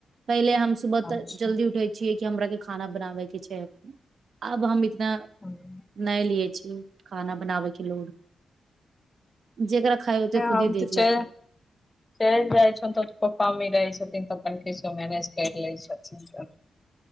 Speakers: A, on the right (about 60°); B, on the left (about 20°).
A: पहिले हम सुबह
B: अच्छा
A: तऽ जल्दी उठै छियै की हमरा के खाना बनाबे के छै आब हम ना
B: नहि
A: नहि लिय छी खाना बनाबैके लोड। जेकरा खाय होतै खुद
B: हम
A: ही देख
B: तऽ चलि
A: लेतै।
B: चलि जाइ छौन तऽ पप्पा मम्मी रहै छथिन तऽ अपन ठीक सँ मैनेज कैर लै छथिन। ह <inaudible>